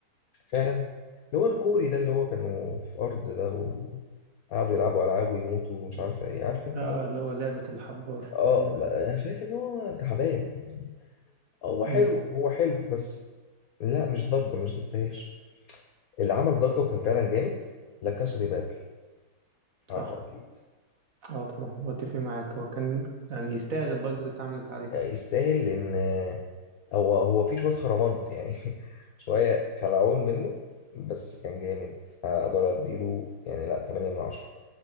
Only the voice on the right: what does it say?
آه
اللي هو لعبة الحبار
تقريبا
امم
صح
آه طبعا وأتفق معاك هو كان يعني يستاهل الضجة اللي اتعملت عليه